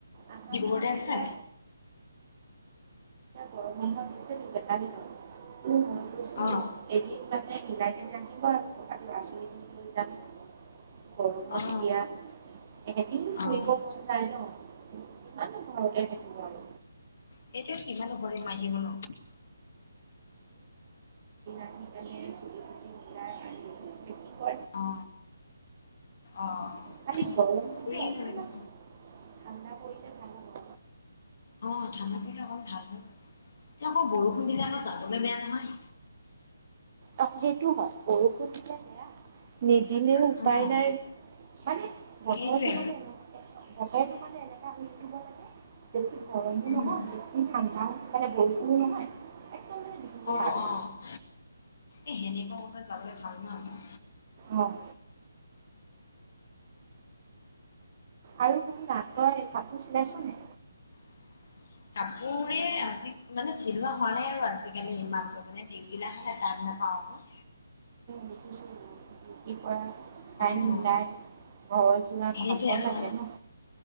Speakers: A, on the right; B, on the left.
A: আহা
B: ডিব্ৰুগড়তে
A: না এতিয়া
B: আছে?
A: অ' নাম্বাৰটো চেব থয় দিয়া <unintelligible>
B: অঁ
A: এনে আবা <unintelligible> থকা ল'ৰা ছোৱালীখিনি লৈ যাম গৰমত এতিয়া
B: অঁ
A: এদিনো ফুৰিব মন
B: অঁ
A: যায় ন', কিমান ঘৰতে থাকিব আৰু
B: সেইটো কিমান ঘৰে মাাজিব ন'।
A: চে <unintelligible>
B: অ', অ'।
A: খালি গৰমটো
B: কিয়
A: যে অকণমান
B: কালক <unintelligible>
A: ঠাণ্ডা পৰিলে ভাল হ'ব।
B: অ' ঠাণ্ডাত অকমান ভাল হৈ পিছে। তেওঁ আকৌ বৰষুণ দিলে আকৌ যাবলৈ বেয়া নহয়।
A: অ সেইটো হয় বৰষুণ দিলে বেয়া নি দিনেও উপায়
B: অ',
A: নাই মানে বতৰটো
B: সেইটোৱে
A: মানে ব মানে এনেকা ইউটিউবৰ লাগে। বেছি গৰমো
B: উম,
A: নহয় বেছি ঠাণ্ডা মানে বৰষুণো নহয়। মানে ধুনীয়া
B: অ',
A: আৰু
B: অ'। এই সেনেকুৱা বতৰত যাবলৈ ভাল নহ।
A: অ'। আৰু কোনো নাকই কাপোৰ চিলাইছোনে?
B: উ। কাপোৰে আজি মানে চিলোৱা হোৱা নাই আৰু আজিকালি ইমানতো মানে দিগগিলা হ নে তান নাপ বাবু
A: বিশখিছো <unintelligible> তি পৰা টাইম
B: অ',
A: মিলাই ঘৰ যোৱা
B: সেইটোৱে
A: প়াব
B: আকৌ
A: লাগে ন'।